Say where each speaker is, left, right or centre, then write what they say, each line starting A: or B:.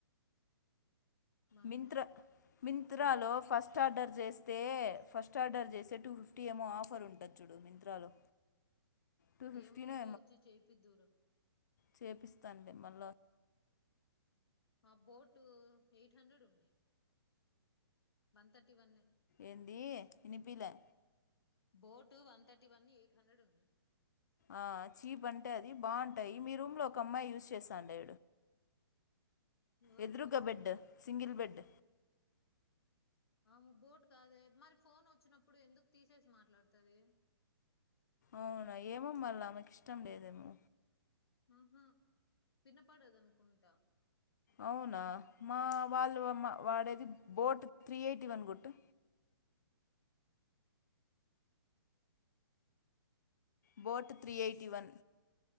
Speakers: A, on the left; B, on the left.
A: వన్
B: మింత్రా మింత్రాలో ఫస్ట్ ఆర్డర్ చేస్ వస్తే ఫస్ట్ ఆర్డర్ చేసే టూ ఫిఫ్టీ ఏమో ఆఫర్ ఉంటది చూడు మింత్రాలో టూ ఫిఫ్టీనో
A: ఏమో నువ్వే వచ్చి చేయిపిద్దురా
B: చేపిస్తాంనులే మళ్ళా
A: ఆ బోటు ఎయిట్ హండ్రెడ్ ఉన్నాయి వన్ తర్టీ వన్ ఎ
B: ఏంది వినిపిలే
A: boat one thirty one eight hundred ఉంది
B: ఆహ్ చీప్ అంటే అది బాగుంటాయి మీ రూమ్లో ఒక అమ్మాయి యూస్ చేస్తాండే
A: ఎవరు
B: ఎదురుగా బెడ్ సింగిల్ బెడ్
A: ఆ బోట్ కాదే మరి ఫోన్ వచ్చినప్పుడు ఎందుకు తీసేసి మాట్లాడుతుది
B: అవునా ఏమో మళ్ళా ఆమెకు ఇష్టం లేదేమో
A: ఆహా విన్నపాడు అద అనుకుంటంటా
B: అవునా మా వాళ్ళు మా వాడేది బోట్ త్రీ ఎయిటీ వన్ గుట్టు boat three eighty one